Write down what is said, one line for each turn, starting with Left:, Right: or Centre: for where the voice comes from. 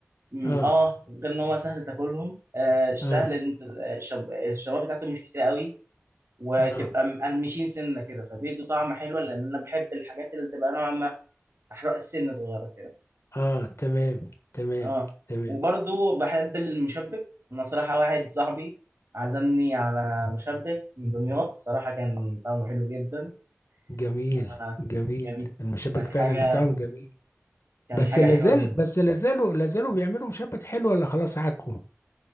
Right: مم،
Left: اه
Right: اه غير ان هو سهل تاكلهم آه سهل
Left: اه
Right: ان انت الشب- الشباب بتاعتهم مش كتير قوي وتبقى
Left: اه
Right: مقرمشين سنه كده فبيدوا طعم حلو لان انا بحب الحاجات اللي تبقى نوعا ما احرق السنه صغيره كده
Left: اه تمام تمام
Right: اه
Left: تمام
Right: وبرضو بحب المشبك انا صراحه واحد صاحبي عزمني على مشبك من دمياط صراحه كان طعمه حلو جدا
Left: جميل
Right: آه،
Left: جميل
Right: كان
Left: المشبك
Right: كان
Left: فعلا
Right: حاجه
Left: بتاعهم جميل
Right: كان
Left: بس
Right: حاجه
Left: لازال
Right: حلوه جدا
Left: بس لازالوا لازالوا بيعملوا مشبك حلو ولا خلاص عكوا